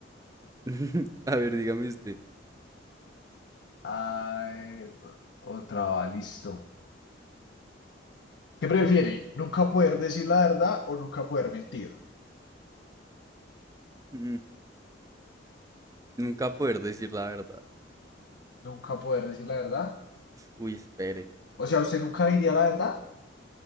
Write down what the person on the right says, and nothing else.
<laughs> a ver, dígame usted.
Mm, Nunca poder decir la verdad.
Uy, espere.